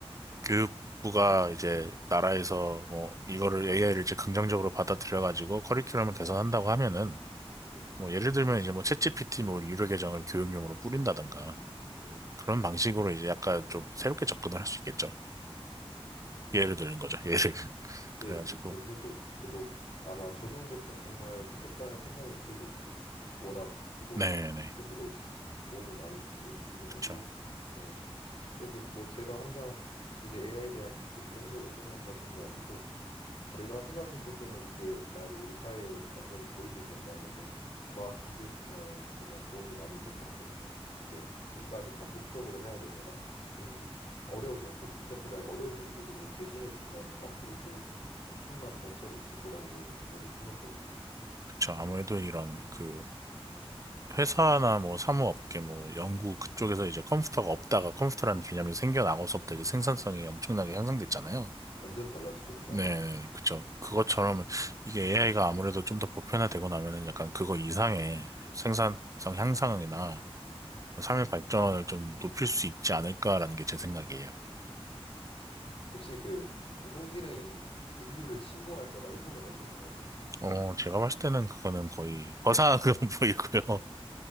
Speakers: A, on the right; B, on the left.
A: 교육부가 이제 나라에서 뭐 이거를 AI를 이제 긍정적으로 받아들여 가지고 커리큘럼을 개선한다고 하면은
B: 네, 네,
A: 뭐 예를 들면 이제 뭐 챗GPT 뭐 유료 계정을 교육용으로 뿌린다던가
B: 네.
A: 그런 방식으로 이제 약간 좀 새롭게 접근을 할 수 있겠죠.
B: 음.
A: 예를 드는 거죠. 예를. <laughs>
B: 네네
A: 그래가지고.
B: 그, 그렇죠 그렇죠 저도 아마 적용됐으면 정말 좋겠다는 생각이 들고 있어요 워낙 저도
A: 네네.
B: 스스로 치- 치- 도움을 많이 받고 있기도
A: 그쵸.
B: 하고 그래가지고 그래서 뭐 제가 항상 이제 AI에 대한 이제 부정적인 의견만 가진 게 아니고 제가 생각했을 때는 이게 만약에 우리 사회에 완전히 도입이 된다면 좀 과학 기술 분야에 정말 도움이 많이 될 것 같거든요. 이제 인간이 반복적으로 해야 되거나 좀 어려운 연구, 복잡해가지고 어려운 연구들을 대신해 준다면 앞으로도 엄청난 발전이 있을 거라고 저는 생각하고 있어요.
A: 그쵸. 아무래도 이런 그 회사나 뭐 사무업계 뭐 연구 그쪽에서 이제 컴퓨터가 없다가 컴퓨터라는 개념이 생겨나고서부터 이제 생산성이 엄청나게 향상됐잖아요.
B: 완전 달라졌죠, 문화가.
A: 네, 그쵸. 그것처럼 이게 AI가 아무래도 좀 더 보편화되고 나면은 약간 그거 이상의 생산성 향상이나 뭐 삶의 발전을 좀 높일 수 있지 않을까라는 게 제 생각이에요.
B: 음, 혹시 그 인공지능이 인, 인류를 침공할 거다 이런 건 어떻게 생각하세요?
A: 어, 제가 봤을 때는 그거는 거의 허상 그런 <laughs> 보이고요.